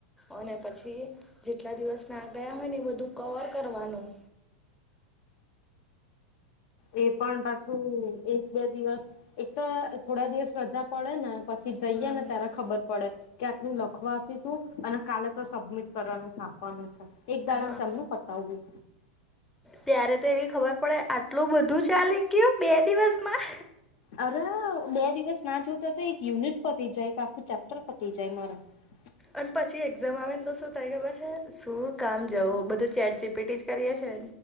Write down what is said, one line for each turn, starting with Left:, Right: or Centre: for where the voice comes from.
Centre: અને પછી જેટલા દિવસ ના ગયા હોય ને, એ બધું કવર કરવાનું.
Left: એ પણ પાછું એક-બે દિવસ, એક તો થોડા દિવસ રજા પડે ને. પછી જઈએે
Centre: હમ
Left: ને, ત્યારે ખબર પડે. કે આટલું લખવા આપ્યું તું, અને કાલે તો સબમિટ કરવાનું છે, આપવાનું છે. એક દાડામાં
Centre: હા
Left: કેમનું પતાવવું.
Centre: ત્યારે તો એવી ખબર પડે, આટલું બધું ચાલી ગયું, બે દિવસમાં.
Left: અરે બે દિવસ ના જોતો તો, એક યુનિટ પતી જાય કે, આખું ચેપ્ટર પતી જાય મારા. <unintelligible>
Centre: અને પછી એક્ઝામ આવે ને, તો શું થાય, ખબર છે? શું કામ જવું? બધું ચેટ જીપીટી જ કરીએ છે.